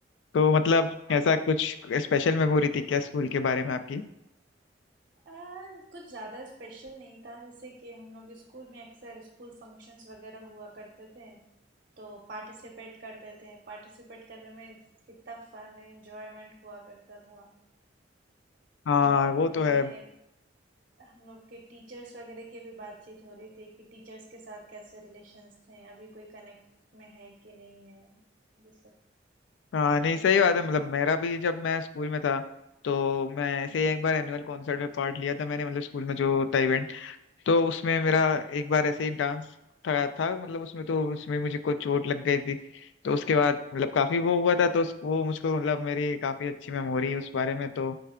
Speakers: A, on the left (about 75°); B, on the right (about 50°).
A: तो मतलब
B: आप
A: ऐसा कुछ स्पेशल मेमोरी थी क्या स्कूल के बारे में आपकी
B: आ, कुछ ज़्यादा स्पेशल नहीं था जैसे कि हम लोग स्कूल में अक्सर स्कूल फंक्शंस वगैरह हुआ करते थे तो पार्टिसिपेट करते थे पार्टिसिपेट करने में कितना फन एंजॉयमेंट हुआ करता था
A: हाँ
B: और
A: वो
B: हमारे
A: तो है
B: हम लोग के टीचर्स वगैरह की भी बातचीत हो रही थी कि टीचर्स के साथ कैसे रिलेशंस थे अभी कोई कनेक्ट में है कि नहीं है ये सब
A: हाँ नहीं सही बात है मतलब मेरा भी जब मैं स्कूल में था तो मैं ऐसे
B: हम्म
A: ही एक बार एनुअल कॉन्सर्ट में पार्ट लिया था मैंने मतलब स्कूल में जो होता तो उसमें मेरा
B: हम्म
A: एक बार ऐसे ही डांस था, था मतलब उसमें तो उसमें मुझे कुछ चोट लग गई थी तो उसके बाद मतलब काफी वो हुआ था तो उस, वो मुझको मतलब मेरी काफी अच्छी मेमोरी है उस बारे में तो